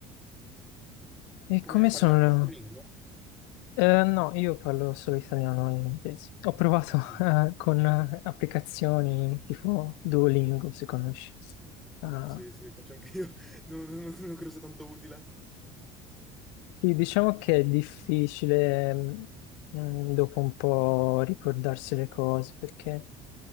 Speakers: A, on the left (about 80°); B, in the centre.
A: E
B: Come
A: come
B: parli
A: sono?
B: anche altre lingue?
A: Eh, no, io parlo solo italiano e inglese. Ho provato
B: Mm,
A: <laughs>
B: ci sta.
A: eh, con eh, applicazioni tipo Duolingo, se conosci. Ah,
B: Sì, sì, faccio anche io. <laughs> Non, non- non non credo sia tanto utile.
A: sì, diciamo che è difficile mm, mm, dopo un po' ricordarsi le cose perché